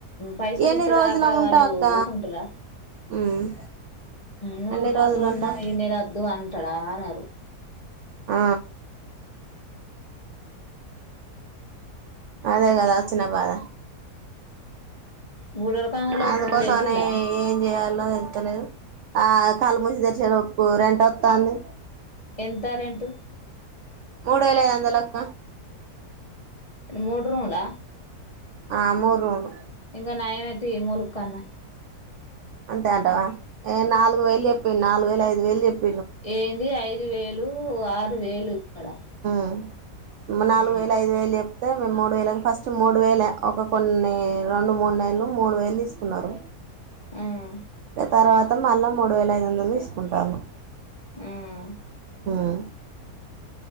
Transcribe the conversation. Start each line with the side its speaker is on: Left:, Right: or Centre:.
Left: పైసలు
Right: ఎన్ని
Left: ఇచ్చేదాకా
Right: రోజుల ఉంటావు
Left: వాళ్ళు
Right: అక్క
Left: ఊకుంటారా
Right: ఉమ్
Left: నువ్వు
Right: ఎన్ని
Left: ఉపాసం
Right: రోజులు
Left: ఉన్నా
Right: ఉంటావు
Left: ఈ నెల వద్దు అంటాడా అనరు
Right: ఆ అదే గదా వచ్చిన బాధ
Left: బూడోరకాంలో
Right: అందుకోసమని
Left: ఫోన్ చేసిలా
Right: ఏం జేయాలో తెలుస్తలేదు ఆ కళ్ళు మూసి దెర్శే లోపు రెంట్ వత్తోంది
Left: ఎంత రేంటూ
Right: మూడు యేల ఐదు వందలక్క
Left: మూడు రూమ్ ల
Right: ఆ మూడు రూమ్ లు
Left: ఇంగ నయమేది తీ మూలుగ్కనా
Right: అంతే అంటవా ఏ నాలుగు వేలు జెప్పిం నాలుగు వేలు ఐదు వేలు జెప్పి
Left: ఏంది ఐదు వేలు ఆరు వేలు ఇక్కడ
Right: ఆ నాలుగు
Left: ఆ
Right: వేలు ఐదు వేలు జె ప్తే మేము మూడు వేలకి ఫస్ట్ మూడు వేలే ఒక కొన్ని రెండు మూడు నెలలు మూడు వేలు దీసుకున్నారు
Left: ఉమ్
Right: తర్వాత మళ్ళా మూడు వేల ఐదు వందలు తీసుకుంటారు
Left: ఆ
Right: మ్